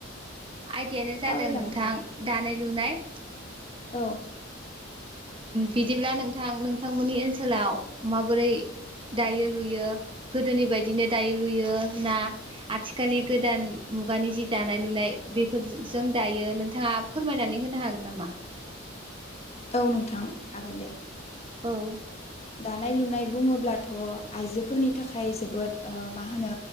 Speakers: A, on the right (about 25°); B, on the left (about 30°).
A: आयदायानो जादों
B: सावरायजागोन
A: नोंथां
B: दे
A: दानाय लुनाय
B: औ
A: बिदिब्ला नोंथां नोंथांमोननि ओनसोलाव माबोरै दायो लुयो गोदोनि बायदिनो दायो लुयो ना आथिखालनि गोदान मुगानि जि दानाय लुनाय बेफोरजों दायो नोंथाङा फोरमायनानै होनो हागोन नामा
B: औ नोंथां हागोन दे।
A: औ।
B: दानाय लुनाय बुङोब्लाथ' आइजोफोरनि थाखाय जोबोद ओ मा होनो